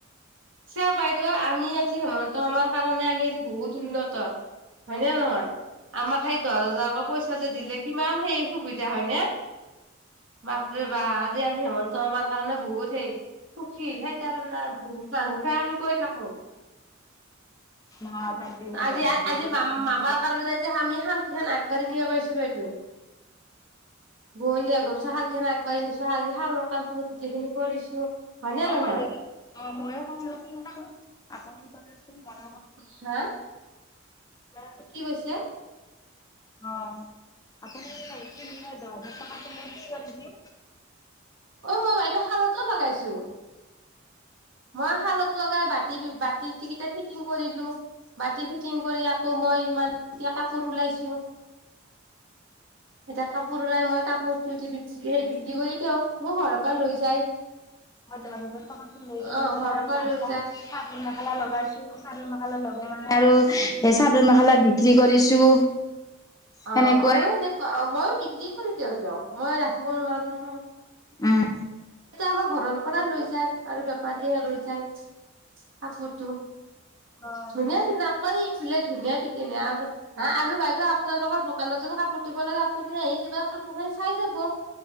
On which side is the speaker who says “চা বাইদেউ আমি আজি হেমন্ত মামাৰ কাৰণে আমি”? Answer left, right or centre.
Right